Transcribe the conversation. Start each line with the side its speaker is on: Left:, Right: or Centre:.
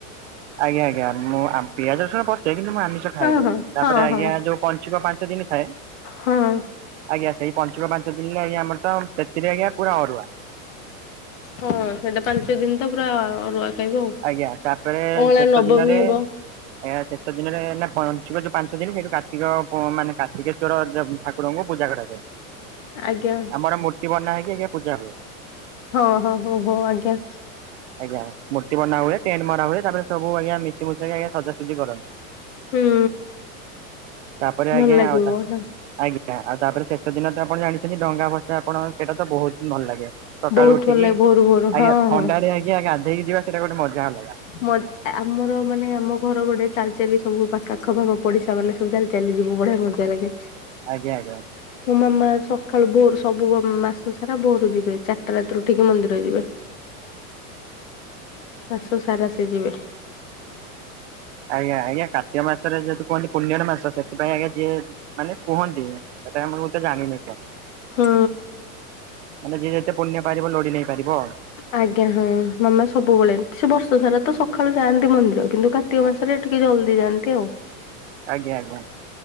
Right: ଆଜ୍ଞା ଆଜ୍ଞ। ମୁଁ ଆମ୍ ପିଆଜ ରସୁଣ ପଶେ କିନ୍ତୁ ମୁଁ ଆମିସ ସ ଖାଇଲୁ
Left: ହଁ ହଁ
Right: ତାପରେ
Left: ହଁ
Right: ଆଜ୍ଞା
Left: ହଁ
Right: ଯୋଉ ପଞ୍ଚୁିକ ପାଞ୍ଚ ଦିନି ଥାଏ
Left: ହଁ।
Right: ଆଜ୍ଞା। ସେଇ ପାଞ୍ଚୁକ ପାଞ୍ଚ ଦିନି ଆଜ୍ଞା ଆମର ତ ସେଥିରେ ଆଜ୍ଞା ପୁରା ଅରୁଆ
Left: ହଁ ସେଇଟା ପାଞ୍ଚ ଦିନ୍ ତ ପୁରା ଅରୁଆ ଖାଇବ ଆଉ।
Right: ଆଜ୍ଞା। ତାପରେ
Left: ଅଁଳା
Right: ଶେଷ
Left: ନବମୀ
Right: ଦିନରେ
Left: ହେବ।
Right: କାହିଁକି ନା ଶେଷ ଦିନରେ ନା ପଞ୍ଚୁକ ଯୋଉ ପାଞ୍ଚ ଦିନ୍ ସେଇଠୁ କାର୍ତ୍ତିକ ପୁ ମାନେ କାର୍ତ୍ତିକେଶ୍ଵ ଚୋର ଯବ୍ ଠାକୁରଙ୍କୁ ପୂଜା କରାଯାଏ।
Left: ଆଜ୍ଞା
Right: ଆମର ମୂର୍ତ୍ତି ବନା ହେଇକି ଆଜ୍ଞା ପୂଜା ହୁଏ।
Left: ହଁ ହଁ ହୋଉ ହୋଉ ଆଜ୍ଞା।
Right: ଆଜ୍ଞା ମୂ ସିଏ ବାନାହୁଏ ଟେଣ୍ଟ ମରାହୁଏ ତାପରେ ସବୁ ଆଜ୍ଞା ମିଶି ମୂଷାକି ଆଜ୍ଞା ସଜାସୁଜି କରନ୍ତି।
Left: ହୁଁ
Right: ତାପରେ
Left: ଭଲ
Right: ଆଜ୍ଞା
Left: ଲାଗିବ।
Right: ଆଉ ତା
Left: ନା।
Right: ଆଜ୍ଞା ଆଜ୍ଞା। ଆଉ ତାପରେ ଶେଷ ଦିନ ତ ଆପଣ ଜାଣିଛନ୍ତି ଡଙ୍ଗା ଭସା ଆପଣ ସେଇଟା ତ ବୋହୁତ୍ ହିଁ ଭଲ ଲାଗେ ସକାଳୁ
Left: ବହୁତ
Right: ଉଠିକି
Left: ଭଲ ଲାଗେ ଭୋରୁ ଭୋରୁ
Right: ଆଜ୍ଞା
Left: ହଁ
Right: ଥଣ୍ଡା
Left: ହଁ।
Right: ରେ ଆଜ୍ଞା ଆାଧେଇକି ଯିବା ସେଇଟା ଗୋଟେ ମଜା ଅଲଗା।
Left: ମ ଆମର ମାନେ ଆମ ଘର ପଟେ ଚାଲି ଚାଲି ସବୁ ପାଖ ଆଖ ପାଖ ପଡିଶା ତା ମାନେ ସବୁ ଚାଲି ଚାଲି ଯିବୁ ବଢିଆ ମଜା ଲାଗେ।
Right: ଆଜ୍ଞା ଆଜ୍ଞା।
Left: ମୋ ମାମା ସଖାଳୁ ବୋରୁ ସବୁ ବ ମାସ ସାରା ବୋରୁ ଯିବେ ଚାର୍ଟା ରାତିରୁ ଉଠିକି ମନ୍ଦିର ଯିବେ। ମାସ ସାରା ସେ ଯିବେ।
Right: ଆଜ୍ଞା ଆଜ୍ଞା କାର୍ତିକ ମାସରେ ଯେହେତୁ କୁହନ୍ତି ପୂନ୍ୟର ମାସ ସେଥିପାଇ ଆଜ୍ଞା ଯିଏ ମାନେ କୁହନ୍ତି। ସେଟା ଆମର ବୋଧେ ଜାଣିନି କଣ।
Left: ହଁ।
Right: ମାନେ ଯିଏ ଯେତେ ପୁଣ୍ୟ ପାରିବ ଲୋଡି ନେଇ ପାରିବ ଆଉ।
Left: ଆଜ୍ଞା ହଁ ମାମା ସବୁବେଳେ ସେ ବର୍ଷ ସାରା ତ ସଖାଳୁ ଯାଆନ୍ତି ମନ୍ଦିର କିନ୍ତୁ କାର୍ କାର୍ତ୍ତିକ ମାସରେ ଟିକେ ଜଲ୍ଦି ଯାଆନ୍ତି ଆଉ।
Right: ଆଜ୍ଞା ଆଜ୍ଞା।